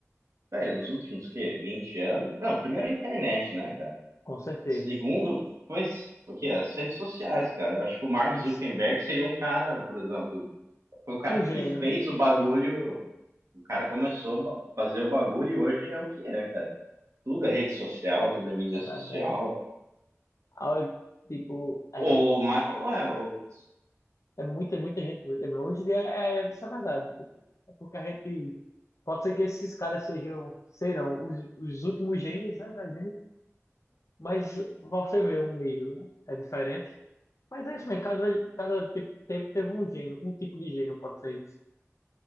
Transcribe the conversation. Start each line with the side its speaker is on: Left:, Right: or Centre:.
Right: Velho, nos últimos, que, Vinte anos... Não, primeiro a internet, né, cara?
Left: com certeza.
Right: Segundo, foi s- o quê? As redes sociais, cara. Eu acho que o Mark
Left: Isso.
Right: Zuckerberg seria um cara, por exemplo, foi o cara
Left: Um
Right: que
Left: gênio,
Right: fez
Left: né?
Right: o bagulho, o cara começou a ba- fazer o bagulho e hoje é o que é, cara. Tudo é rede social, tudo é mídia
Left: É
Right: social.
Left: verdade. A hora Tipo, é.
Right: Ou, ma- ou é, ou-
Left: É muita, muita gente. muita- mas Hoje em dia é, é, isso é verdade. Tipo, é porque a gente. Pode ser que esses caras sejam, serão os, os últimos gênios, né, da gente, mas você vê um nível, né? É diferente. Mas é isso mesmo, cada, cada te- tempo teve um gênio, um tipo de gênio, pode ser isso.